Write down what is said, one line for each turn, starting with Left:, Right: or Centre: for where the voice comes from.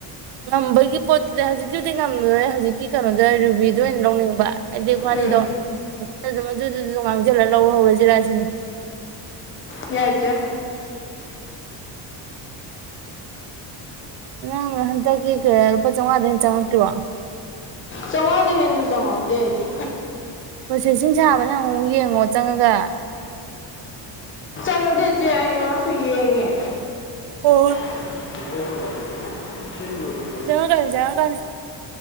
Right: ꯉꯝꯕꯒꯤ ꯄꯣꯠꯇꯨꯗꯤ ꯍꯧꯖꯤꯛꯀꯤꯗꯤ ꯉꯝꯃꯤꯍꯦ ꯍꯧꯖꯤꯛꯀꯤ ꯀꯩꯅꯣꯗ ꯔꯨꯕꯤꯗ ꯑꯣꯏꯅ ꯂꯧꯅꯤꯡꯕ ꯑꯩꯗꯨ ꯈ꯭ꯋꯥꯅꯤꯗꯣ
Left: ꯎꯝ
Right: ꯃꯗꯨꯗꯨꯁꯨ ꯉꯥꯡꯖꯤꯜꯂ ꯂꯧꯍꯧꯔꯁꯤꯔ ꯁꯤꯅꯤ
Left: ꯌꯥꯏꯆ
Right: ꯅꯪ ꯍꯟꯀꯤ ꯀ ꯔꯨꯄꯥ ꯆꯪꯉ ꯑꯗꯨꯦꯟ ꯆꯪꯇꯤ ꯕꯣ
Left: ꯆꯥꯝꯃꯉꯥꯗ ꯍꯦꯟꯟꯅꯁꯨ ꯆꯥꯉꯛꯇꯦ ꯑꯩꯗꯤ
Right: ꯄ꯭ꯔꯣꯁꯦꯁꯤꯡ ꯁꯥꯕꯅꯦ ꯑꯃꯨꯛ ꯌꯦꯡꯉꯣ ꯆꯪꯉꯒ
Left: ꯊꯣꯡꯗꯦ ꯆꯦ ꯑꯩ ꯉꯔꯥꯡꯁꯨ ꯌꯦꯡꯉꯦ
Right: ꯑꯣ
Left: ꯏ <unintelligible>
Right: ꯆꯉꯛꯀꯅꯤ ꯆꯉꯛꯀꯅꯤ